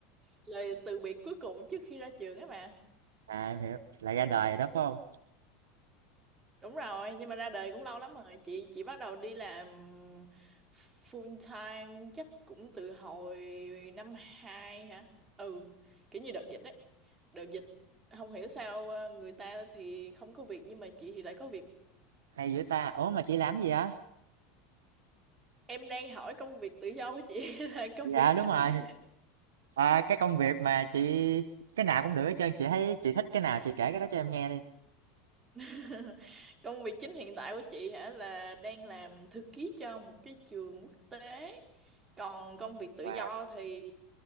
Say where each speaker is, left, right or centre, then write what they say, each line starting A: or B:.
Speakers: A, on the right; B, on the right.
A: lời từ biệt cuối cùng trước khi ra trường ấy mà
B: à, em hiểu, là ra đời rồi đó, phải hông?
A: Đúng rồi, nhưng mà ra đời cũng lâu lắm rồi. Chị chị bắt đầu đi làm full time chắc cũng từ hồi năm 2 hả? Ừ, kiểu như đợt dịch đấy. Đợt dịch không hiểu sao ờ, người ta thì không có việc nhưng mà chị thì lại có việc.
B: Hay dữ ta! Ủa, mà chị làm gì vậy?
A: Em đang hỏi công việc tự do của chị <laughs> hay là công
B: Dạ,
A: việc chính
B: đúng rồi,
A: của chị?
B: ờ, cái công việc mà chị cái nào cũng được hết trơn, chị thấy chị thích cái nào chị kể cái đó cho em nghe đi.
A: <laughs> Công việc chính hiện tại của chị hả là đang làm thư ký cho một cái trường quốc tế. Còn công việc tự
B: Wow!
A: do thì